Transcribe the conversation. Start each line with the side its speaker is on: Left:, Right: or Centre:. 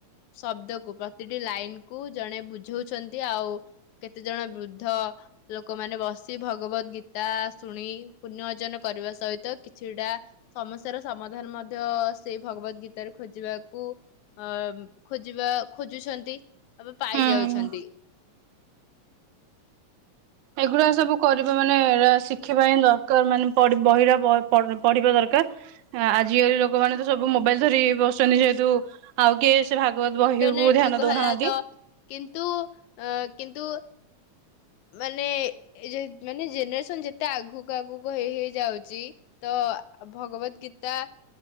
Left: ଶବ୍ଦକୁ ପ୍ରତିଟି ଲାଇନକୁ ଜଣେ ବୁଝଉଛନ୍ତି ଆଉ କେତେ ଜଣ ବୃଦ୍ଧ ଲୋକମାନେ ବସି ଭଗବତ ଗୀତା ଶୁଣି ପୁଣ୍ୟ ଅର୍ଜନ କରିବା ସହିତ କିଛିଟା ସମସ୍ୟାର ସମାଧାନ ମଧ୍ୟ ସେଇ ଭଗବତ ଗୀତାରେ ଖୋଜିବାକୁ ଅ-ଅ-ଅ ଖୋଜିବା ଖୋଜୁଛନ୍ତି ବା ପାଇ
Right: ହୁଁ
Left: ଯାଉଛନ୍ତି।
Right: ଏଗୁଡା ସବୁ କରିବା ମାନେ ଏରା ଶିଖିବା ହିଁ ଦରକାର ମାନେ ପଢ୍ ବହିରା ପ ପଢ୍ ପଢିବା ଦରକାର। ଆଜିକାଲି ଲୋକମାନେ ତ ସବୁ ମୋବାଇଲ ଧରି ବସୁଛନ୍ତି ଯେହେତୁ ଆଉ କିଏ ସେ ଭାଗବତ
Left: ଇଣ୍ଟରନେଟ
Right: ବହିକୁ ଧ୍ୟାନ
Left: ଯୁଗ
Right: ଦଉନାହାନ୍ତି।
Left: ହେଲା ତ କିନ୍ତୁ ଅ କିନ୍ତୁ ମାନେ-ଏ-ଏ ଏଇ ଯେ ମାନେ ଜେନେରେସନ ଯେତେ ଆଗକୁ-ଆଗକୁ ହେଇ-ହେଇ ଯାଉଛି ତ ଭଗବତ ଗୀତା